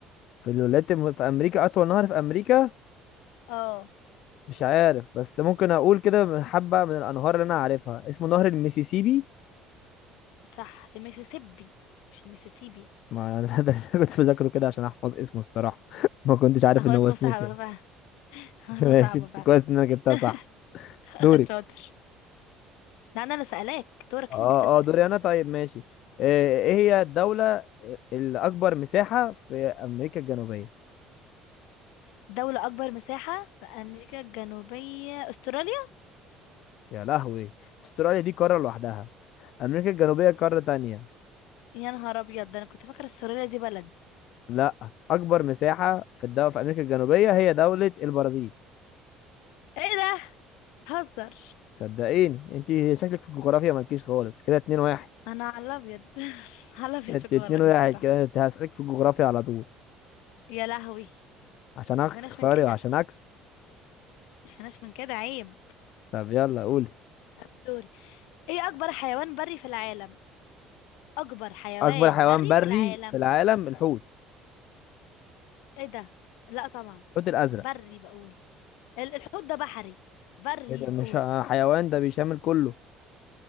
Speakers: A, on the left (about 65°); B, on the left (about 80°).
A: في الولايات الم- في امريكا اطول نهر في امريكا
B: اه
A: مش عارف بس ممكن اقول كده حبه من الانهار اللي انا عارفها اسمه نهر المسيسيبي
B: صح المسيسيبي مش المسيسيبي
A: ما <laughs> ده اللي أنا كنت بذاكره كده عشان احفظ اسمه الصراحه <laughs> ما كنتش عارف
B: <laughs> هو
A: ان
B: اسمه
A: هو اسمه
B: صعب
A: كده
B: فعلا <laughs>
A: <laughs>
B: هو اسمه
A: ماشي
B: صعب
A: بس
B: فعلا
A: كويس ان انا جبتها
B: <laughs>
A: صح دوري
B: شاطر ده انا اللي سألاك دورك
A: اه
B: انت تسأل
A: اه دوري انا طيب ماشي آه، ايه هي الدوله الاكبر مساحه في امريكا الجنوبيه
B: دولة اكبر مساحة في امريكا الجنوبية استراليا
A: يا لهوي استراليا دي قاره لوحدها امريكا الجنوبيه قاره تانية
B: يا نهار ابيض ده انا كنت فاكرة استراليا دي بلد
A: لا اكبر مساحه في الدولة في امريكا الجنوبيه هي دوله البرازيل
B: ايه ده هزر
A: صدقيني انت شكلك في الجغرافيا مالكيش خالص كده اتنين واحد
B: انا على الابيض <laughs> على الابيض
A: انت
B: في الجغرافيا
A: اتنين واحد
B: بصراحة
A: كده هسألك في الجغرافيا على طول
B: يا لهوي
A: عشان اخسري
B: مفيناش من كده
A: وعشان اكسب
B: مفيناش من كده عيب
A: طب يلا قولي
B: طب دوري ايه اكبر حيوان بري في العالم اكبر حيوان
A: اكبر حيوان
B: بري
A: بري
B: في العالم
A: في العالم الحوت
B: ايه ده لا طبعا
A: الحوت الازرق
B: بري بقول ال- الحوت ده بحري بري
A: ايه ده
B: بقول
A: مش ه- حيوان ده بيشامل كله